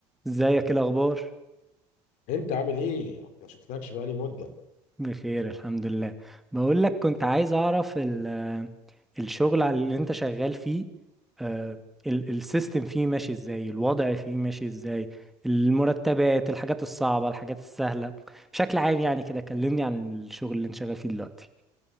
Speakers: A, in the centre; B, on the left.
A: ازيك إيه الاخبار
B: انت عامل ايه ما شفناكش بقالي مده
A: بخير الحمد لله بقول لك كنت عايز اعرف ال- الشغل على اللي انت شغال فيه آه، ال- السيستم فيه ماشي ازاي الوضع فيه ماشي ازاي المرتبات الحاجات الصعبة الحاجات السهلة بشكل عام يعني كده كلمني عن الشغل اللي انت شغال فيه دلوقتي